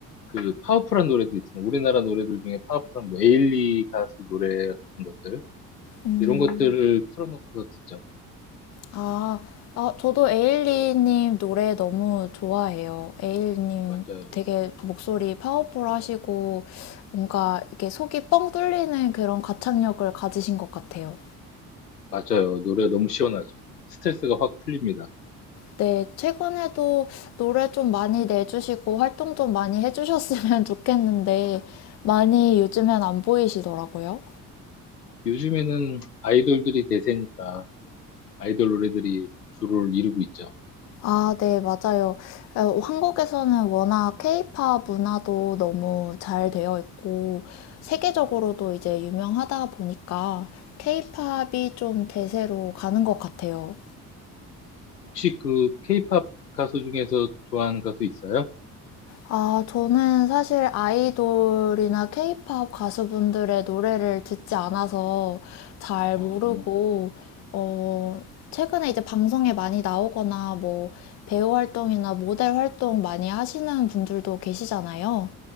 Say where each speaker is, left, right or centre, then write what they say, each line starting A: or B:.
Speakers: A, on the left; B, on the left.
A: 그 파워풀한 노래들 있잖아요. 우리나라 노래들 중에 파워풀한 뭐 에일리 가수 노래 같은 것들
B: 음,
A: 이런 것들을 틀어놓고서 듣죠.
B: 아, 아, 저도 에일리님 노래 너무 좋아해요. 에일리님
A: 맞아요.
B: 되게 목소리 파워풀하시고 뭔가 이렇게 속이 뻥 뚫리는 그런 가창력을 가지신 것 같아요.
A: 맞아요. 노래 너무 시원하죠. 스트레스가 확 풀립니다.
B: 네, 최근에도 노래 좀 많이 내주시고 활동 좀 많이 해주셨으면 <laughs> 좋겠는데 많이 요즘엔 안 보이시더라고요.
A: 요즘에는 아이돌들이 대세니까 아이돌 노래들이 주를 이루고 있죠.
B: 아, 네, 맞아요. 어, 한국에서는 워낙 케이팝 문화도 너무 잘 되어 있고, 세계적으로도 이제 유명하다 보니까 케이팝이 좀 대세로 가는 것 같아요.
A: 혹시 그 케이팝 가수 중에서 좋아하는 가수 있어요?
B: 아, 저는 사실 아이돌이나 케이팝 가수분들의 노래를 듣지 않아서 잘
A: 어,
B: 모르고, 어, 최근에 이제 방송에 많이 나오거나 뭐 배우 활동이나 모델 활동 많이 하시는 분들도 계시잖아요.